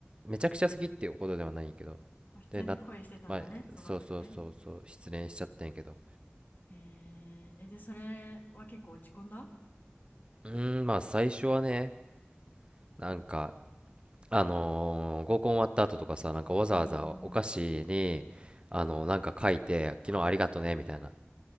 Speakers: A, on the right (about 25°); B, on the left (about 50°).
A: めちゃくちゃ好きっていうことではないんやけど
B: まあ普通に恋してたんだね、
A: でなまあそうそうそうそう失恋しちゃったんやけど
B: その子にね。へええ、で、それは結構落ち込んだ
A: うーんまあ最初はねなんかあのー合コン終わった後とかさなんかわざわざお菓子にあのーなんか書いて「昨日ありがとね」みたいな
B: うーん。